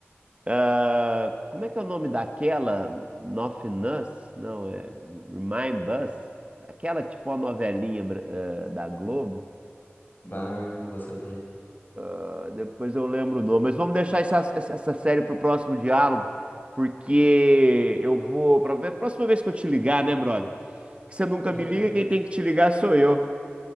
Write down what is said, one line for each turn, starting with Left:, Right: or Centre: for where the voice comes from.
Right: Ah, como é que é o nome daquela? Nothing Us? Não, é Remind Us? Aquela tipo a novelinha bra- eh, da Globo.
Left: Bah, não vou saber.
Right: Ah, Depois eu lembro o nome, mas vamos deixar essa, essa essa série pro próximo diálogo, porque eu vou. Pra ver, próxima vez que eu te ligar, né, brother? Que você nunca
Left: <laughs>
Right: me liga, quem tem que te ligar sou eu.